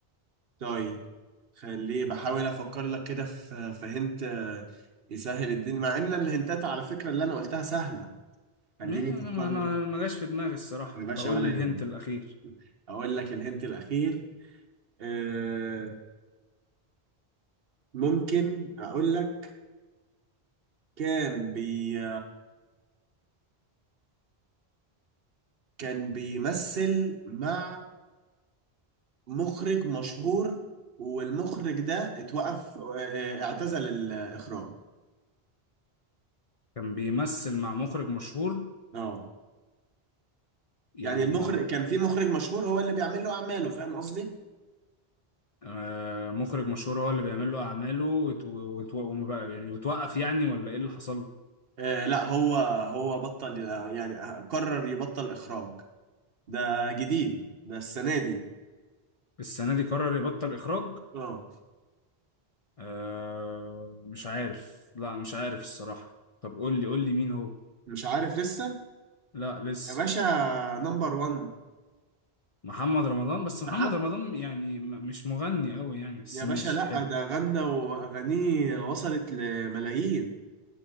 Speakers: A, on the right; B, on the left.
A: طيب خليه بحاول أفكر لك كده في في هنت آه، يسهل الدنيا مع إن الهنتات على فكرة اللي أنا قلتها سهلة خليني
B: ما انا
A: افكر
B: ما أنا
A: لك
B: ما جاش في دماغي الصراحه
A: يا باشا
B: فقول
A: ولا
B: لي
A: يهمك
B: الهنت الاخير
A: اقول لك الهنت الاخير آه ممكن اقول لك كان بي كان بيمثل مع مخرج مشهور والمخرج ده اتوقف آه آه، اعتزل الاخراج
B: كان بيمثل مع مخرج مشهور
A: اه
B: يعني
A: يعني المخرج
B: ما
A: كان في مخرج مشهور هو اللي بيعمل له اعماله فاهم قصدي
B: آه، مخرج مشهور هو اللي بيعمل له اعماله وت- وت- وما بقى- يعني وتوقف يعني ولا ايه اللي حصل له؟
A: آه لا هو هو بطل آه، يعني قرر يبطل اخراج ده جديد ده السنة دي
B: السنه دي قرر يبطل اخراج
A: اه
B: أه مش عارف لا مش عارف الصراحة طب قول لي قول لي مين هو
A: مش عارف لسه
B: لا لسه
A: يا باشا نمبر 1
B: محمد رمضان بس محمد
A: محمد
B: رمضان يعني م- مش مغني قوي يعني بس
A: يا
B: ماشي
A: باشا لا
B: حلو
A: ده غنى واغانيه وصلت لملايين